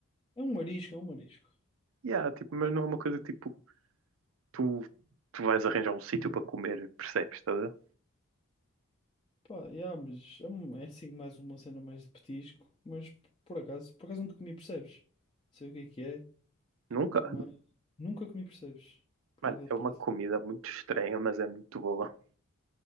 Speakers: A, on the left; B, on the right.
A: É um marisco, é um marisco.
B: yeah, tipo, mas não é uma coisa que, tipo, tu, tu vais arranjar um sítio para comer, percebes? Estás a ver?
A: Pá, yeah, mas é, um- é assim mais uma cena mais de petisco, mas por acaso, por acaso nunca comi, percebes? Sei o que é que é,
B: Nunca.
A: mas nunca comi, percebes? Por
B: Mano,
A: incrível
B: é
A: que
B: uma
A: pareça.
B: comida muito estranha, mas é muito boa.